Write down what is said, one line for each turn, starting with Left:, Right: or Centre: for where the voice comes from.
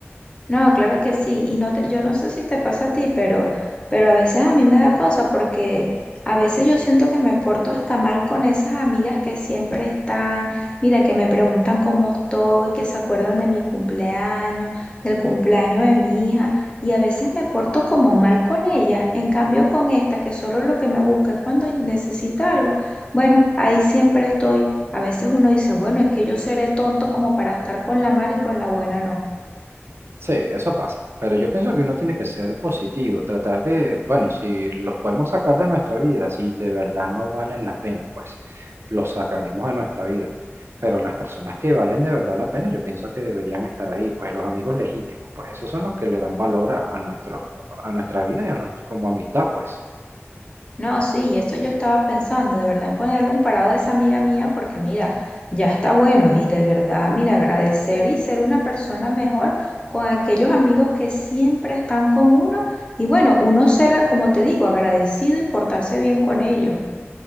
Left: No, claro que sí. Y no te- yo no sé si te pasa a ti, pero, pero a veces a mí me da cosa porque a veces yo siento que me porto hasta mal con esas amigas que siempre están, mira, que me preguntan cómo estoy, que se acuerdan de mi cumpleaños, del cumpleaños de mi hija, y a veces me porto como mal con ellas. En cambio, con esta, que solo lo que me busca es cuando necesita algo, bueno, ahí siempre estoy. A veces uno dice, bueno, es que yo seré tonto como para estar con la mala y con la buena no.
Right: Sí, eso pasa, pero yo pienso que uno tiene que ser positivo, tratar de, bueno, si los podemos sacar de nuestra vida, si de verdad no valen la pena, pues los sacaremos de nuestra vida. Pero las personas que valen de verdad la pena, yo pienso que deberían estar ahí, pues los amigos legítimos, pues esos son los que le dan valor a, a nuestro, a nuestra vida y a nuestro, como amistad, pues.
Left: No, sí, y eso yo estaba pensando, de verdad, en ponerle un parado a esa amiga mía, porque mira, ya está bueno y de verdad, mira, agradecer y ser una persona mejor con aquellos amigos que siempre están con uno y bueno, uno será, como te digo, agradecido y portarse bien con ellos.